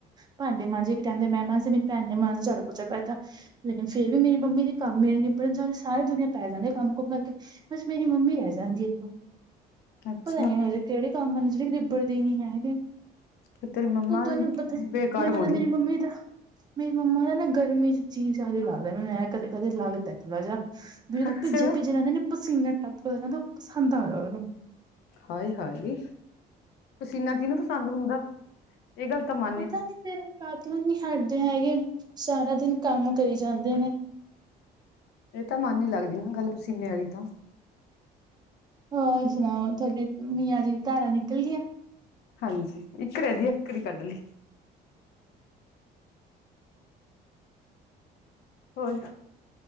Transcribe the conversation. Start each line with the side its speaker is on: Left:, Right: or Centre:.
Right: ਭਾਂਡੇ ਮਾਂਜੇ ਇੱਕ ਟਾਈਮ ਦੇ ਮੈਂ ਮਾਂਜੇ ਮੇਰੀ ਭੈਣ ਨੇ ਮਾਂਜ ਝਾੜੂ ਪੋਚਾ ਕਰ ਤਾ। ਲੇਕਿਨ ਫੇਰ ਵੀ ਮੇਰੀ ਮੰਮੀ ਦੇ ਕੰਮ ਨਹੀਂ ਨਿਬੜਣ ਚ ਆਉਂਦੇ, ਸਾਰੇ ਦੁਨੀਆਂ ਪੈ ਜਾਂਦੀ ਹੈ ਕੰਮ ਕੁਮ ਕਰਕੇ। ਬਸ ਮੇਰੀ ਮੰਮੀ ਰਹਿ ਜਾਂਦੀ ਇੱਕੋ
Left: ਅੱਛਾ
Right: ਪਤਾ ਨੀ ਇਹੋ ਜਿਹੇ ਕਿਹੜੇ ਕੰਮ ਹਨ ਜਿਹੜੇ ਨਿਬੜਦੇ ਨਹੀਂ ਹੈਗੇ।
Left: ਫਿਰ ਤੇਰੀ ਮੰਮਾ
Right: ਉਤੋ ਨੂੰ ਪਤਾ,
Left: ਬੇਕਾਰ
Right: ਮੈਨੂੰ
Left: ਹੋਣੀ
Right: ਲਗਦਾ ਮੇਰੀ ਮੰਮੀ ਦਾ ਮੇਰੀ ਮੰਮਾ ਦਾ ਨਾ ਗਰਮੀ 'ਚ ਜੀ ਜਿਹਾ ਨੀ ਲੱਗਦਾ ਮੈਂ ਕਦੇ- ਕਦੇ ਲੱਗਦਾ ਥੋੜਾ ਜਿਹਾ ਵੀ ਜਦੋਂ
Left: ਅੱਛਾ
Right: ਭਿੱਜੇ- ਭਿੱਜੇ ਰਹਿੰਦੇ ਨੇ ਪਸੀਨਾ ਟੱਪਦਾ ਰਹਿੰਦਾ ਉਹ ਪਸੰਦ ਆ ਰਿਹਾ ਉਹਨਾ ਨੂੰ
Left: ਹਾਏ- ਹਾਏ ਪਸੀਨਾ ਕਿਹਨੂੰ ਪਸੰਦ ਹੁੰਦਾ, ਇਹ ਗੱਲ ਤਾਂ ਮ
Right: ਪਤਾ ਨੀ ਫੇਰ ਕਾਹਤੋਂ ਨੀ ਹਟਦੇ ਹੈਗੇ, ਸਾਰਾ ਦਿਨ ਕੰਮ ਕਰੀ ਜਾਂਦੇ ਨੇ।
Left: ਇਹ ਤਾਂ ਮਨ ਨ ਲੱਗਦੀ ਨਾ ਗੱਲ ਪਸੀਨੇ ਵਾਲੀ ਤਾਂ
Right: ਹੋਰ ਸੁਣਾਓ ਤੁਹਾਡੇ ਮੀਆਂ ਜੀ ਦੀ ਧਾਰਾ ਨਿਕਲ ਗਈਆ
Left: ਹਾਂਜੀ, ਇੱਕ ਰਹਿੰਦੀ ਆ, ਇੱਕ ਦੀ ਕੱਢ ਲਈ ਹੋਰ,